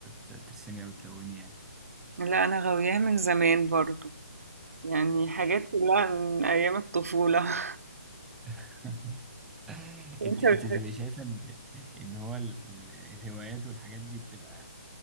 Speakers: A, in the centre; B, on the right.
A: ت- ترسمي أو تلوني يعني
B: لا أنا غاوياها من زمان برضو يعني حاجات كلها من أيام الطفولة <laughs>
A: <laughs>
B: وأنت
A: انت انت
B: بتحب
A: بتبقي شايفه ان ان هو ال- ال- الهوايات والحاجات دي بتبقى